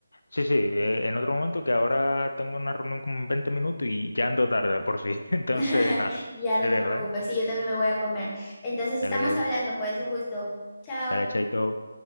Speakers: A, on the left; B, on the left.
A: sí, sí, eh, en otro momento que ahora tengo una reunión como en 20 minutos y ya ando tarde por si. <laughs> Entonces,
B: <laughs>
A: nada,
B: Ya no
A: te dejo,
B: te preocupes,
A: ¿eh?
B: sí, yo también me voy a comer. Entonces
A: Dale,
B: estamos hablando, pues, un gusto. Chao.
A: dale, chaito.